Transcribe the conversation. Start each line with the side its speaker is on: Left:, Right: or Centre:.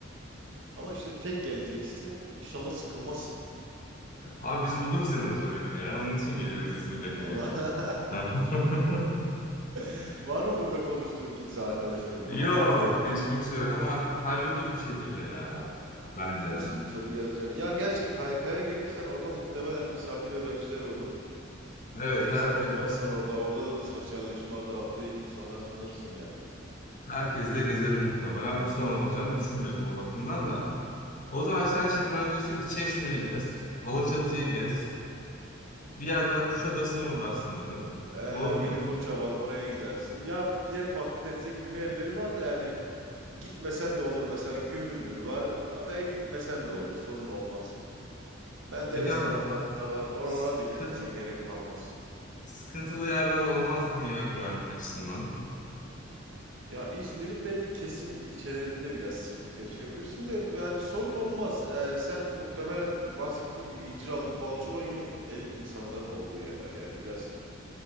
Right: Ama işte tek geleceksin inşallah sıkılmazsın.
Left: Abi biz buluruz yanımıza birini ya. Onun için geliyoruz İzmir'e
Right: Allah.
Left: diyelim. <laughs>
Right: <laughs> Var mı burada konuştuğun kimse arkadaşların
Left: Yok
Right: falan?
Left: hiç kimse yok ama hallolur bir şekilde ya bence.
Right: Üstün körü geleceğin. Ya gerçi KYK'ya gelirsen orada muhtemelen misafir öğrenciler olur.
Left: Evet
Right: Bir tek
Left: herkes.
Right: sen olmazsan orada. Orada da bir sosyalleşme adı altında yeni insanlar tanırsın yani.
Left: Herkesle gezerim muhtemelen. Bir sorun olacağını düşünmüyorum o bakımdan da. O zaman sen şimdi bana diyorsun ki Çeşme'yi gez, Alaçatı'yı gez, bir yer daha Kuşadası'na uğrarsın dedin.
Right: Ee,
Left: Doğru
Right: Yeni
Left: mu?
Right: Foça var oraya gidersin. Ya diğer farklı denize girme yerleri var da yani Gitmesen de olur mesela Gümüldür var. Oraya gitmesen de olur sorun olmaz. Menderes
Left: Peki abi
Right: taraflarında var. Oralara
Left: sıkı-
Right: da gitmese gerek kalmaz.
Left: sıkıntılı yerler olmazdı mı ya güvenlik açısından?
Right: Ya İzmir'in belli kesim ilçelerinde biraz sıkıntı yaşayabilirsin de yani sorun olmaz. Ee, sen muhtemelen bahsettiğim gibi İnciraltı, Balçova yine elit insanların olduğu yerler. Yani biraz